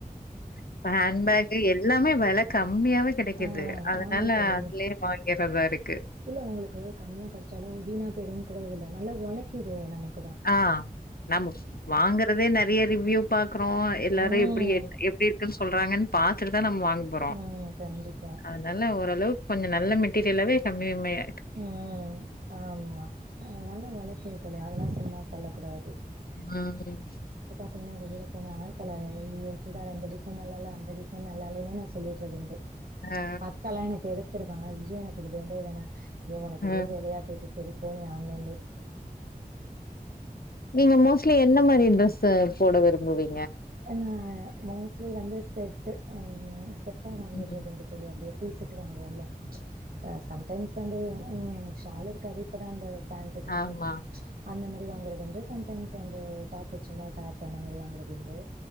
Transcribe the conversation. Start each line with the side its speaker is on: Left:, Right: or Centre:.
Left: இப்ப ஹேண்ட் பேகு எல்லா மே வெல க ம்மியாவே கெடைக்குது
Right: ஆ
Left: அதனால
Right: ஆமா தோழி
Left: அதுலயே வாங்கிறதா இரு
Right: இல்ல உங்களுக்கு கம்மியா கெடைச்சாலு வீணா போயிருன் கூட இதுல நல்லா ஒழைக்கிதே நமக்
Left: ஆ நாம வாங்கறதே நெ றைய ரிவ்யூ பாக் கறோ எல்லாரு
Right: ம்
Left: எப்டி என் எப்டி இருக்குன்னு சொல்றாங்கன் பாத்துட்டுதா நம்ம வா ங்க போறோ
Right: ம் கண்டிப்பா
Left: அதனால ஒரு ஓரளவுக் கொஞ்ச நல்ல மெட்டீரியலாவே கம்மி கம்மியா
Right: ம் ஆமா அதனால ஒழைக்குது தோழி அதெல்லா சும்மா சொல்லக்கூடா
Left: ம்
Right: பாத்தீங்னா வெளில போனா செல ஏ இது சுடிதார் அந்த டிசைன் நல்லால்ல அந்த டிசைன் நல்லா இல்லன்னே நா சொல்லிட்றது உண்டு
Left: ஆ
Right: அக்கால்லா எனக்கு எடுத் தருவாங்க ஐயோ எனக்கு இது வேண்டவே வேணா ஐயோ உனக்கு இதே
Left: ம்
Right: வேலையா போயிட்டு சரி போ நீ ஆன்லைன்
Left: நீங்க மோஸ்ட்லி என்ன மாரி ட்ரெஸ்ஸ போட விரும்புவீ
Right: நா மோஸ்ட்லி வந்து செட்டு ஆமா செட்டாவாங்கிறதுங்க
Left: ம்
Right: தோழி அப்டே ஃபுல் செட்டு வாங்குவோம்ல ஆ சம்டைம்ஸ் வந்து ம் ஷாலு காது இப்பதா அந்த பேண்ட்டு த்ரீ
Left: ஆமா
Right: ஃபோர் அந்த மேரி வாங்கறது வந்து சம்டைம்ஸ் வந்து டாப் வச்சிருந்தா டாப் அந்த மேரி வாங்கறது உண்டு